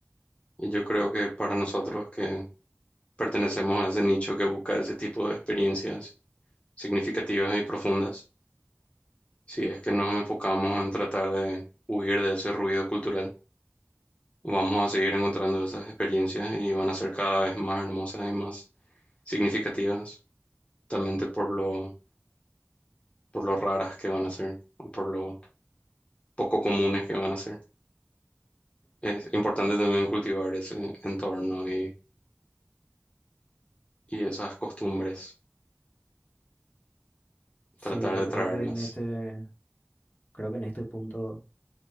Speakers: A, on the left (about 30°); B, on the left (about 45°).
A: Y yo creo que para nosotros que pertenecemos a ese nicho que busca ese tipo de experiencias significativas y profundas, si es que nos enfocamos en tratar de huir de ese ruido cultural, vamos a seguir encontrando esas experiencias y van a ser cada vez más hermosas y más significativas, justamente por lo, por lo raras que van a ser o por lo poco comunes que van a ser. Es importante también cultivar ese entorno y y esas costumbres,
B: Sí,
A: tratar
B: yo
A: de
B: creo
A: traerlas.
B: que en este, creo que en este punto...